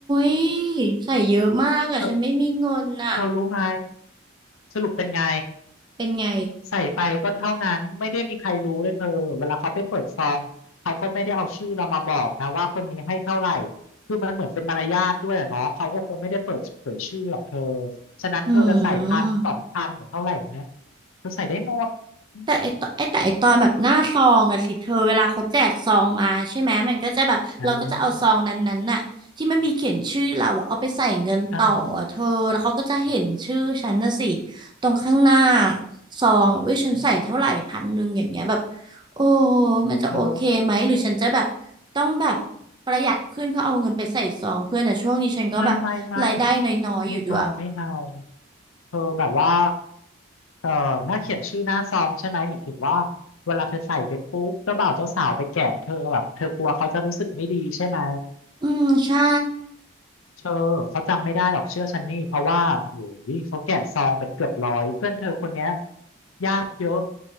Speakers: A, on the right; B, on the left.
A: ยใส่เยอะมากอะฉันไม่มีเงินอะ
B: เธอเธอรู้ไหมสรุปเป็นไง
A: เป็นไง
B: ใส่ไปก็เท่านั้นไม่ได้มีใครรู้เลยเธอเวลาเขาไปเปิดซองเขาก็ไม่ได้เอาชื่อเรามาบอกนะว่าคนนี้ให้เท่าไหร่คือมันเหมือนเป็นมารยาทด้วยอะเนาะเขาก็คงไม่ได้เปิดเผยชื่อหรอกเธอฉะนั้นเธอจะใส่พันสองพันหรือเท่าไหร่เนี้ย
A: อืม
B: เธอใส่ได้หมดอืม
A: แต่ไอตอนไอแต่ไอตอนแบบหน้าซองอะสิเธอเวลาเขาแจกซองมาใช่ไหมมันก็จะแบบเราก็จะเอาซองนั้นๆน่ะที่มันมีเขียนชื่อเราอะเอาไปใส่เงินต่ออะเธอแล้วเขาก็จะเห็นชื่อฉันนะสิ
B: อ่าอ่าฮะ
A: ตรงข้างหน้าซองอะอุ้ยฉันใส่เท่าไหร่พันหนึ่งอย่างเงี้ยแบบ
B: อืม
A: โอ้
B: เฮ้ยเธอ
A: มันจะโอเคไหมหรือฉันจะแบบต้องแบบประหยัดขึ้นเพื่อเอาเงินไปใส่ซองเพื่อนอะช่วงนี้ฉันก็แบบรายได้น้อยๆอยู่ด้วย
B: ไม่ไม่ไม่ไม่เอาไม่เอาเธอแบบว่า เออถ้าเขียนชื่อหน้าซองใช่ไหมหมายถึงว่าเวลาเธอใส่ไปปุ๊บเจ้าบ่าวเจ้าสาวไปแกะเธอแบบเธอกลัวเขาจะรู้สึกไม่ดีใช่ไหม
A: อืมใช่
B: เธอเขาจำไม่ได้หรอกเชื่อฉันนี่เพราะว่าโอ้ยเขาแกะซองเป็นเกือบร้อยเพื่อนเธอคนเนี้ยญาติเยอะ